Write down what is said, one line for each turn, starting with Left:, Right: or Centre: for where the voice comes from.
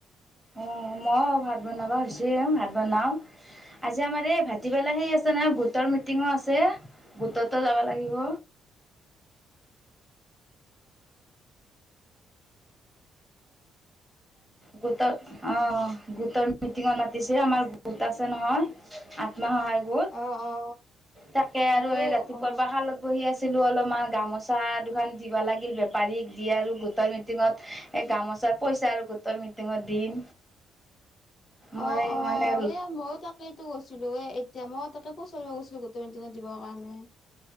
Centre: অ' মই ভাত বনাবা হৈছে ভাত বনাও। আজি আমাৰ এই ভাটিবেলা সেই আছে নহয় গোটৰ মিটিঙো আছে গোটতো যাব লাগিব। গোটৰ অ গোটৰ মিটিঙত মাতিছে আমাৰ গোট আছে। নহয় আত্মসহায় গত
Left: অ অ
Centre: তাকে আৰু
Left: মইয়ো
Centre: এই ৰাতিপুৱাৰ
Left: অ
Centre: পৰা খাল বহি আছিলো অলপমান গামোচা দুোকান দিবা লাগিল বেপাৰীক দি আৰু গোটৰ মিটিঙত এই গামোচাত পইচা আৰু গোটৰ মিটিঙত দিম। মই
Left: অ', অ'
Centre: মানে
Left: এ মইো তাক সেইটো গৈছিলো এতিয়া মই তাকে পচাৰিব গৈছিলো গোটেই মিটিঙত দিবৰ কাৰণে।